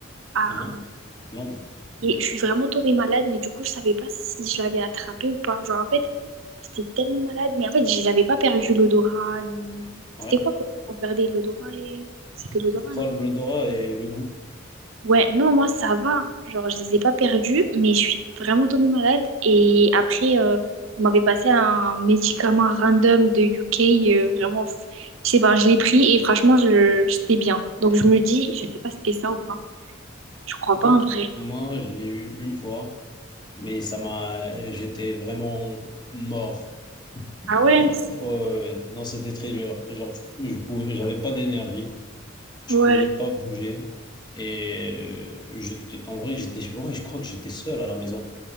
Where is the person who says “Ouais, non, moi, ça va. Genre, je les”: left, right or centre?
Right